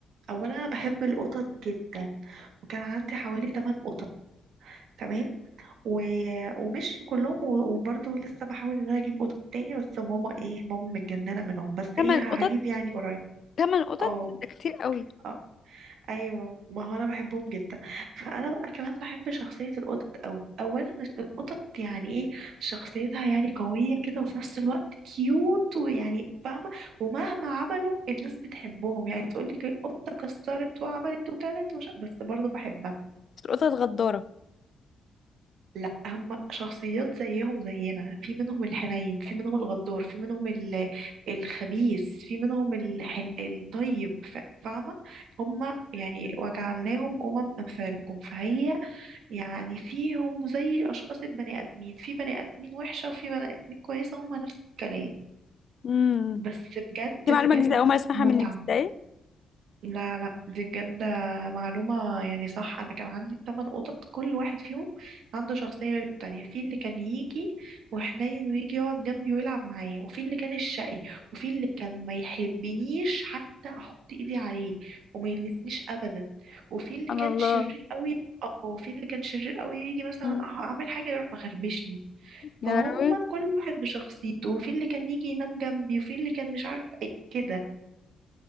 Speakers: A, on the right; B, on the left.
A: أولا أنا بحب القطط جدا وكان عندي حوالي 8 قطط تمام و... ومش كلهم و... وبرضه لسه بحاول إن أنا أجيب قطط تاني بس ماما إيه ماما متجننة منهم بس
B: تمن
A: إيه
B: قطط
A: هجيب يعني قريب
B: تمن قطط
A: اه
B: ده كتير قوي
A: أه. ايوه ما هو انا بحبهم جدا فانا بقى كمان بحب شخصيه القطط قوي اولا القطط يعني ايه شخصيتها يعني قويه كده وفي نفس الوقت كيوت ويعني فاهمه ومهما عملوا الناس بتحبهم يعني تقول لك القطه كسرت وعملت وكلت وش... بس برضو بحبها
B: بس القطط غدارة
A: لا هم شخصيات زيهم زينا في منهم الحنين في منهم الغدار في منهم ال- الخبيث في منهم الحن... الطيب ف- فاهمة هم يعني وجعلناهم أمم أمثالكم فهي يعني فيهم زي أشخاص البني آدمين في بني آدمين وحشة وفي بني آدمين كويسة هم نفس الكلام
B: امم
A: بس بجد
B: دي معلومة
A: بجد
B: جديدة أول مرة أسمعها
A: متعة
B: منك ازاي؟
A: لا لا دي بجد معلومة يعني صح أنا كان عندي ثمان قطط كل واحد فيهم عنده شخصية غير التانية في اللي كان يجي وحنين ويجي يقعد جنبي ويلعب معايا وفي اللي كان الشقي وفي اللي كان ما يحبنيش حتى أحط إيدي عليه وما يلمسنيش أبدا وفي
B: سبحان
A: اللي كان
B: الله
A: شرير قوي اه وفي اللي كان شرير قوي يجي مثلا
B: مم.
A: أح- أعمل حاجة يروح مخربشني فهم
B: يا لهوي
A: كل واحد بشخصيته وفي اللي كان يجي ينام جنبي وفي اللي كان مش عارف ايه كده